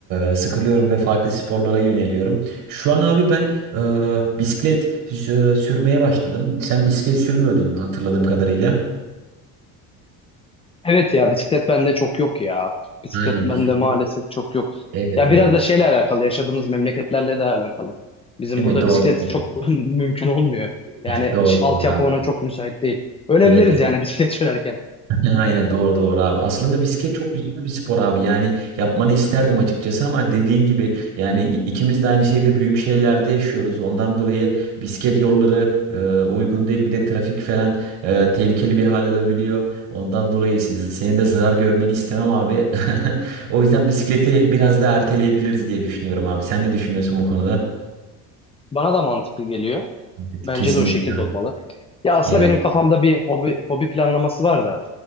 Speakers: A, on the right; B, on the left.
A: e, sıkılıyorum ve farklı sporlara yöneliyorum. Şu an abi ben e, bisiklet sü- sürmeye başladım. Sen bisiklet sürmüyordun hatırladığım kadarıyla.
B: Evet ya bisiklet bende çok yok ya. Bisiklet
A: Aynen
B: bende
A: bisiklet.
B: maalesef çok yok.
A: Evet
B: Ya
A: evet.
B: biraz da şeyle alakalı, yaşadığımız memleketlerle de alakalı. Bizim
A: Değil
B: burada
A: mi? Doğru
B: bisiklet
A: doğru.
B: çok <laughs> mümkün olmuyor. Yani
A: <laughs> Doğru
B: ş- altyapı
A: doğru abi.
B: ona çok müsait değil. Ölebiliriz
A: Evet evet.
B: yani bisiklet <laughs> sürerken.
A: <laughs> Ya, Aynen doğru doğru abi. Aslında bisiklet çok güzel bir spor abi. Yani yapmanı isterdim açıkçası ama dediğin gibi yani ikimiz de aynı şeyde büyük şehirlerde yaşıyoruz. Ondan dolayı bisiklet yolları e, uygun değil. Bir de trafik falan e, tehlikeli bir hal alabiliyor. Ondan dolayı siz, senin de zarar görmeni istemem abi. <laughs> O yüzden bisikleti biraz daha erteleyebiliriz diye düşünüyorum abi. Sen ne düşünüyorsun bu konuda?
B: Bana da mantıklı geliyor.
A: Evet,
B: Bence
A: Kesinlikle.
B: de o şekilde olmalı. Ya aslında
A: Evet.
B: benim kafamda bir hobi, hobi planlaması var da